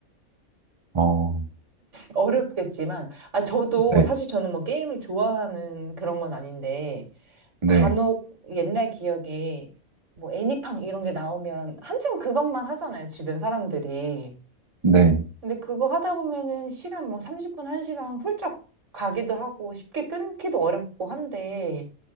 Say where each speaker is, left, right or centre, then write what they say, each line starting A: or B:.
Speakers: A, on the right; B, on the right.
A: 어,
B: 어렵겠지만, 아, 저도
A: 네,
B: 사실 저는 뭐 게임을 좋아하는 그런 건 아닌데,
A: 네,
B: 간혹 옛날 기억에 뭐 애니팡 이런 게 나오면 한참 그것만 하잖아요, 주변 사람들이.
A: 네,
B: 근데 그거 하다 보면은 시간 뭐 30분, 1시간 훌쩍 가기도 하고 쉽게 끊기도 어렵고 한데,